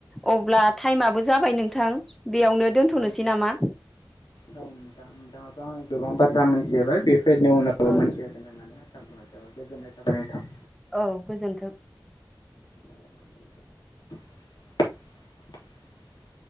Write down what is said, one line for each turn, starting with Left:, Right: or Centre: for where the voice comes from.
Centre: अब्ला टाइमाबो जाबाय नोंथां बेयावनो दोनथ'नोसै
Left: औ नोंथां
Centre: नामा
Left: औ नोंथां नोंथाङाबो आंनो गोबां बाथ्रा मिथिहोबाय बे उनावबो
Centre: औ
Left: मोनथि होगोन होननानै आसा खालामनाय जाबाय गोजोननाय थाबाय नोंथां
Centre: औ गोजोन्थों।
Left: <unintelligible>